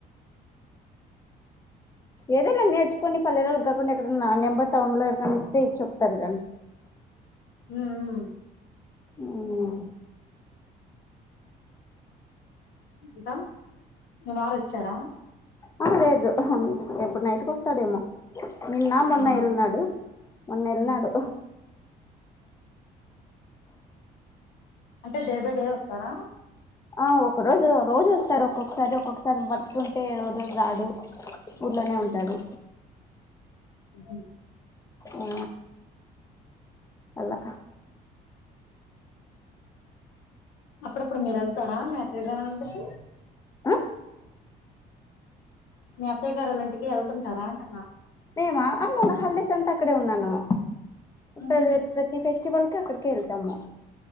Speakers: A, on the left (about 20°); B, on the left (about 85°).
A: ఏదైనా నేర్చుకుని పలేల్లోలు కాకుండా ఎక్కడన్నా నెంబర్ టౌన్ లో ఎవరికన్నా ఇస్తే ఇచ్చాతరు గాని
B: హ్మ్మ్ హ్మ్మ్
A: ఉ ఆ
B: ఇంకా మీ వారు వచ్చారా
A: ఆహా లేదు ఆహా ఎప్పుడు నైట్ కు వస్తాడేమో నిన్న మొన్న
B: ఆహా
A: ఎల్నాడు మొన్న ఎల్నాడు
B: ఉమ్ అంటే డే బై డే వస్తారా
A: ఆ ఒక్క రోజు రోజు వస్తాడు ఒక్కొక్కసారి ఒక్కొక్కసారి మర్తుంటే ఏ రోజు రాడు ఊర్లోనే ఉంటాడు
B: ఉహు.
A: ఆ అలా
B: అప్పుడప్పుడు మీరు వెళ్తారా మీ అత్తయ్య గారు వొళ్ల ఇంటికి
A: ఆ
B: మీ అత్తయ్య గారు వొళ్ల ఇంటికి వెళ్తుంటారా అంటన్నా
A: మీమా మొన్న హల్డెస్ అంత అక్కడే ఉన్నాను
B: ఉహు
A: సరే ప్రతి ఫెస్ట్ టివల్ కి అక్కడికే వెళ్తాము